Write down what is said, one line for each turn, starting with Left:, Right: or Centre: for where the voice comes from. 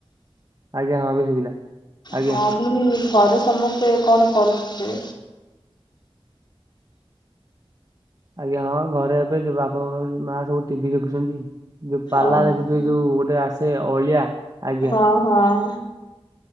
Right: ଆଜ୍ଞା ହଁ ଏବେ ଶୁଭିଲା। ଆଜ୍ଞା
Left: ହଁ ମୁଇ ଘରେ ସମସ୍ତେ କଣ କରୁଥିଲେ?
Right: ଆଜ୍ଞା ହଁ ଘରେ ଏବେ ଯୋଉ ବାପା ମା ସବୁ ଟିଭି ଦେଖୁଛନ୍ତି। ଯୋଉ ପାଲା
Left: ଓହୋ।
Right: ଦେଖୁଛନ୍ତି ଯୋଉ ଗୋଟେ ଆସେ ଅଳିଆ। ଆଜ୍ଞା
Left: ହଁ ହଁ।